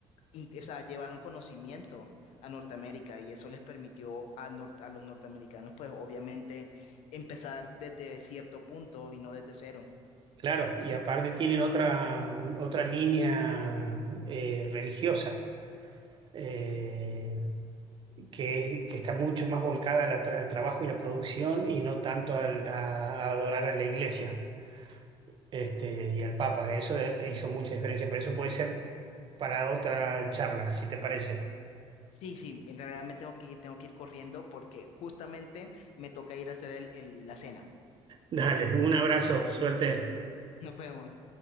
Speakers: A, on the left; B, on the right.
A: in- o sea, llevaron conocimiento a Norteamérica y eso les permitió a, nor- a los norteamericanos, pues obviamente, empezar desde cierto punto y no desde cero.
B: claro, y aparte tienen otra, otra línea eh, religiosa eh, que, que está mucho más volcada a la tra- al, trabajo y la producción y no tanto al- a, a adorar a la iglesia este, y al Papa. Eso eh, hizo mucha diferencia, pero eso puede ser para otra charla, si te parece.
A: Sí, sí, en realidad me tengo que ir, tengo que ir corriendo porque justamente me toca ir a hacer el- el- la cena.
B: Dale, un abrazo, suerte.
A: <laughs> Nos vemos.